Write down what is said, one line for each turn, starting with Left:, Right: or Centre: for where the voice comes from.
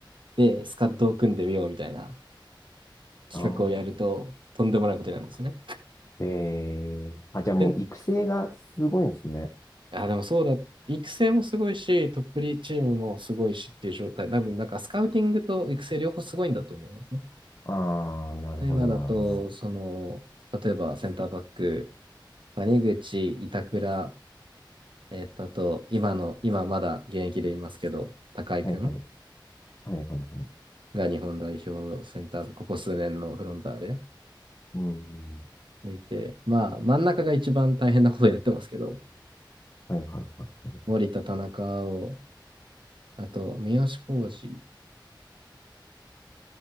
Right: で、スカッドを組んでみようみたいな企画をやると、
Left: ああ、
Right: とんでもないことになるんですよね。
Left: ええあ、じゃあもう育成がすごいんですね。
Right: で、あ、でもそうだ、育成もすごいし、トップリーチームもすごいしっていう状態。多分、なんかスカウティングと育成両方すごいんだと思いますね。
Left: ああ、なるほどなるほど。
Right: 今だと、その、例えばセンターバック、谷口、板倉、えっと、あと、今の、今まだ現役でいますけど、高井くん
Left: はいはい。はいはいはい。
Right: が日本代表センター、ここ数年のフロンターレ
Left: うん。
Right: でいて、まあ、真ん中が一番大変なことになってますけど、
Left: はいはいはいはい。
Right: 森田、田中を、あと、三好康児、